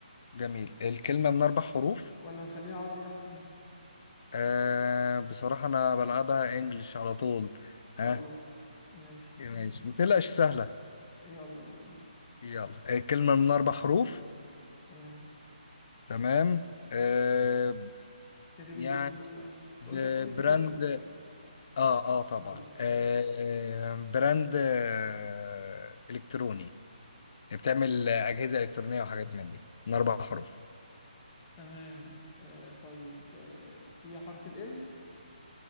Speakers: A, on the left; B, on the left.
A: جميل الكلمة من أربع حروف
B: ولا نخليها عربي احسن
A: آه بصراحة أنا بلعبها انجلش على طول
B: خلاص
A: ها
B: ماشي
A: آه
B: ماشي
A: ماشي ما تقلقش سهلة
B: يلا يلا بينا
A: يلا آه، كلمة من أربع حروف
B: تمام
A: تمام آه
B: الكاتيجوري
A: يعني
B: بتاعها ايه بقى انت
A: ب-
B: قلت هتقولي الكاتيجوري
A: براند اه اه طبعا
B: خلاص تمام
A: آه براند آه إلكتروني يعني بتعمل أجهزة إلكترونية وحاجات من دي من أربع حروف
B: تمام آه طيب آه فيها حرف ال L